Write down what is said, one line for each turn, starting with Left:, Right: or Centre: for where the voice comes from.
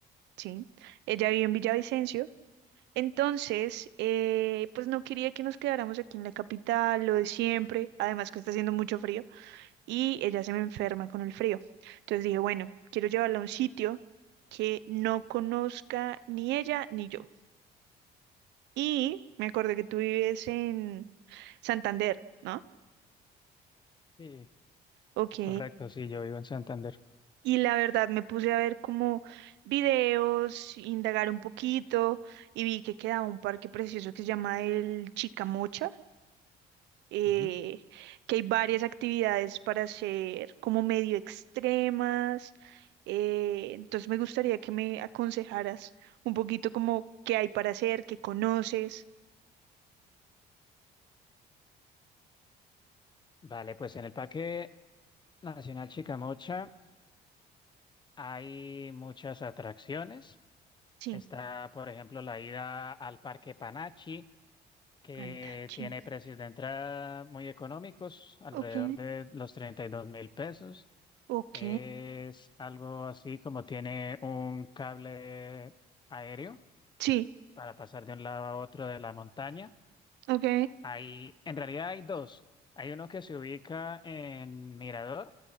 Right: ¿sí? Ella vive en Villavicencio. Entonces, eh, pues no quería que nos quedáramos aquí en la capital, lo de siempre, además que está haciendo mucho frío. y ella se me enferma con el frío. Entonces dije, bueno, quiero llevarla a un sitio que no conozca ni ella ni yo. Y me acordé que tú vives en Santander, ¿no?
Left: Sí,
Right: Ok.
Left: correcto, sí, yo vivo en Santander.
Right: Y la verdad me puse a ver como videos, indagar un poquito y vi que quedaba un parque precioso que se llama el Chicamocha eh,
Left: Ujú.
Right: que hay varias actividades para hacer como medio extremas. eh, entonces me gustaría que me aconsejaras un poquito como qué hay para hacer, qué conoces.
Left: Vale, pues en el Parque Nacional Chicamocha hay muchas atracciones.
Right: Sí,
Left: Está, por ejemplo, la ida al Parque Panachi, que
Right: Andachi.
Left: tiene precios de entrada muy económicos, alrededor
Right: Ok,
Left: de los treinta y dos mil pesos.
Right: ok.
Left: Es algo así como tiene un cable aéreo
Right: Sí,
Left: para pasar de un lado a otro de la montaña.
Right: ok,
Left: Hay, en realidad hay dos. Hay uno que se ubica en Mirador,